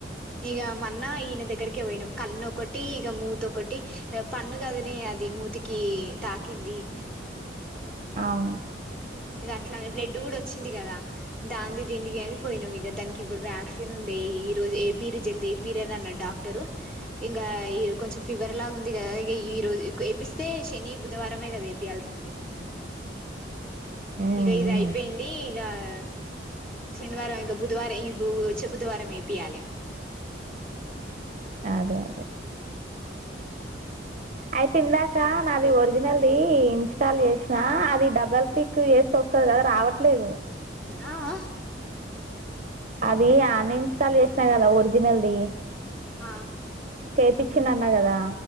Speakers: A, in the centre; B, on the right.
A: ఇగా మొన్న ఈయన దగ్గరకే పోయిన్నామ్ కన్ను ఒకటి ఇగ మూతి ఒకటి హ్ పన్ను కదనే అది మూతికి తాకిన్ కిన్ ది
B: అవును
A: ఇగ అట్లానే బ్లడ్ గూడా వచ్చిన్ది గదా దాన్ది దీన్ది గాని పోయ్నామ్ ఇగ దాన్కి ఇప్పుడు వ్యాక్సిన్ నున్ది ఈ రోజు యేపిర్యి జల్ది యేపిర్య్ అని అన్నాడు డాక్టరు ఇంగా ఈ కొంచెం ఫీవర్ లాగా ఉంది గదా ఇ ఈ రోజు యేపిస్తే శని బుధవారమే గదా యేపియాల్సిన్ది
B: ఉమ్,
A: ఇగా ఇది
B: ఉమ్.
A: అయిపోయింది ఇగా హ్ శనివారం ఇంగా బుధవార్ ఈ వచ్చే బుధవారం యేపియాలె
B: అదె అదె ఐతే ఇందాక నాది ఒరిజినల్ది ఇన్స్టాల్ జెస్న అది డబల్ కిక్ ఎస్తే వొస్తదా రావట్లేదు
A: అ అ
B: అది అన్ఇన్స్టాల్ జేస్నా గదా ఒరిజినల్ది
A: ఆ
B: చేపచ్చిన అన్నావ్ కదా